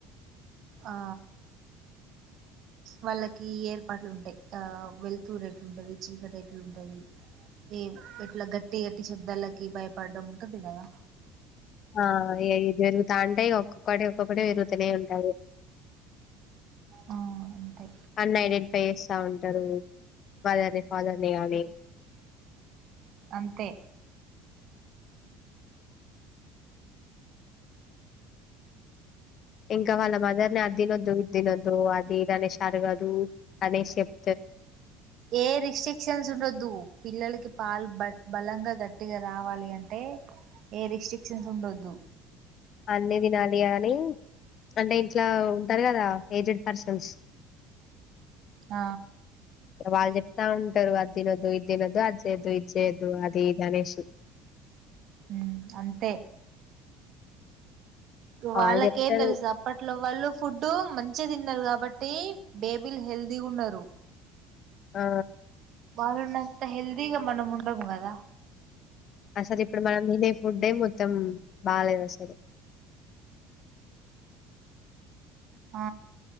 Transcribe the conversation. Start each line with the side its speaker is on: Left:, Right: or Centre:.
Right: ఆ వాళ్ళకి ఏర్పాట్లు ఉంటాయి. ఆ వెలుతురు ఎట్లుంటది చీకడ ఎట్లుంటది ఏ ఎట్లా గట్టి గట్టి శబ్దాలకి భయపడడం ఉంటది కదా
Left: ఆ అ జరుగుతా ఉంటాయి ఒక్కొక్కడ ఒకటే తిరుగుతనే ఉంటది.
Right: ఆ అంతే
Left: అన్ని ఐడెంటిఫై చేసి స్తా ఉంటారు ఫాదర్ని ఫాదర్ని కానీ
Right: అంతే
Left: ఇంకా వాళ్ళ మదర్ ని అది తినొద్దు ఇది తినొద్దు అది ఇది అడగదు అనేసి చెప్
Right: ఏ రిస్ట్రిక్షన్స్ ఉండోదు పిల్లకి పాలు బట్ బలంగా గట్టిగా రావాలి అంటే ఏ రిస్ట్రిక్షన్స్ ఉండొద్దు
Left: అన్ని తినాలి అని అంటే ఇట్ల ఉంటారు కదా ఏజుడుపర్సన్స్
Right: ఆ
Left: వాళ్ళు చెప్తా ఉంటారు అది తినొద్దు ఇది తినద్దు అది చేయొద్దు ఇది చేయద్దు అది ఇది అనేషి
Right: ఉమ్ అంతే
Left: వాళ్ళు
Right: వాళ్ళకేం
Left: చెప్తారు
Right: తెలుసు అప్పట్లో వాళ్ళు ఫుడ్ మంచిగా తిన్నారు కాబట్టి బేబీలు హెల్తీగున్నారు
Left: ఆ
Right: వాళ్ళవునంత హెల్తీగా మనం ఉండము కదా
Left: అసలు ఇప్పుడు మనం తినే ఫుడ్డే మొత్తం బాలేదు అసలు
Right: ఆ